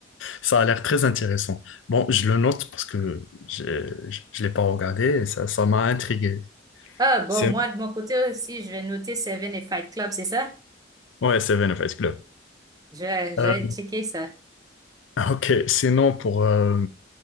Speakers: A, on the left; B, on the right.
A: Ça a l'air très intéressant. Bon, je le note parce que j'ai- je ne l'ai pas regardé et ça, ça m'a intrigué.
B: Ah bon,
A: C'est...
B: moi de mon côté aussi, je vais noter Seven et Fight Club, c'est ça?
A: Ouais, Seven of Us Club.
B: Je, je
A: Euh,
B: vais checker ça.
A: ok, sinon pour, euh,